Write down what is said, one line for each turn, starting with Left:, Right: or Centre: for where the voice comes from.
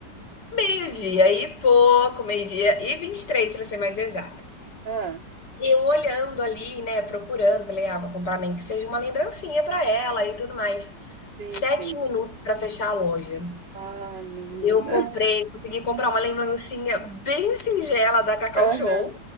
Left: Meio-dia e pouco, meio-dia e 23 para ser mais exata.
Right: Ah,
Left: E eu olhando ali, né, procurando, falei: "Ah, vou comprar nem que seja uma lembrancinha para ela e tudo mais".
Right: sim,
Left: 7
Right: sim.
Left: minutos para fechar a loja.
Right: Ai, menina.
Left: Eu comprei consegui comprar uma lembrancinha bem singela da Cacau
Right: Aham.
Left: Show,